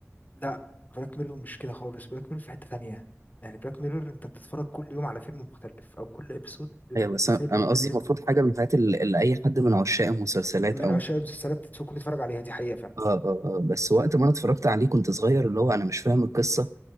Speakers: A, on the left (about 35°); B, on the right (about 80°).
A: لا بلاك ميرور مش كده خالص بلاك ميرور في حتة تانية يعني بلاك ميرور انت بتتفرج كل يوم على فيلم مختلف او كل ابيسود
B: ايوه بس
A: بفيلم
B: انا أنا قصدي
A: بفيلم
B: المفروض حاجة من الحاجات اللي, اللي اي حد من عشاق المسلسلات
A: من
B: او
A: عشاق المسلسلات تكون تتفرج عليها دي حقيقة فعلا
B: آه آه آه بس وقت ما انا اتفرجت عليه كنت صغير اللي هو انا مش فاهم القصة